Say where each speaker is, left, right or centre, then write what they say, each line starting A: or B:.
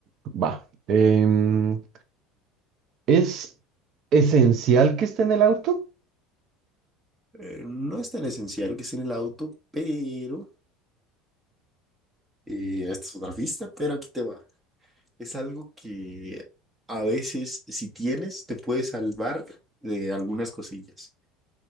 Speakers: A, on the right; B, on the right.
A: va. Em, ¿es esencial que esté en el auto?
B: Eh, no es tan esencial que esté en el auto, pero eh, esta es otra pista, pero aquí te va. Es algo que a veces, si tienes, te puede salvar de algunas cosillas.